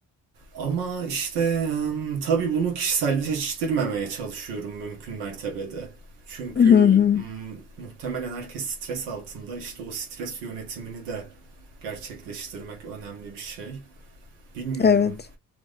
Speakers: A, on the right; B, on the left.
A: Ama işte em, tabii bunu kişiselleştirmemeye çalışıyorum mümkün mertebede. Çünkü
B: Hı hı.
A: mm, muhtemelen herkes stres altında. İşte o stres yönetimini de gerçekleştirmek önemli bir şey. Bilmiyorum.
B: Evet.